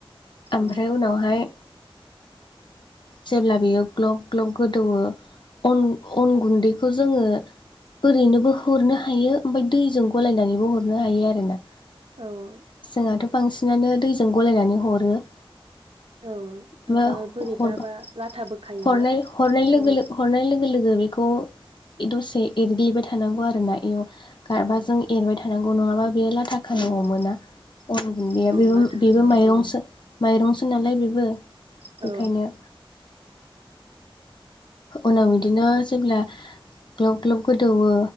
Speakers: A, on the left (about 55°); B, on the right (about 80°).
A: ओमफ्राय
B: औ
A: उनावहाय जेब्ला बियो ग्लग ग्लग गोदौवो अन अन गुन्दैखौ जोङो ओरैनोबो हरनो हायो ओमफाय दैजों गलायनानैबो हरनो हायो आरोना ।
B: औ
A: जोंहाथ' बांसिनानो दैजों गलायनानै हरो ।
B: औ
A: ओ
B: बोरैबाबा
A: हर
B: लाथाबो खायोना
A: हनाय-हरनाय लोगो
B: अन
A: लो हरनाय लोगो लोगो बेखौ दसे एरग्लिबाय थानांगौ आरोना एव गारबाजों
B: औ
A: एरबाय थानांगौ नङाबा बेयो लाथा खानांगौ
B: औ औ
A: मोना अन गुन्दैया
B: औ
A: बेबो-बेबो
B: लाथा खायो
A: माइरंसो
B: औ
A: माइरंसो नालाय बेबो
B: औ
A: बेखायनो उनाव बिदिनो जेब्ला ग्लब ग्लब गोदौवो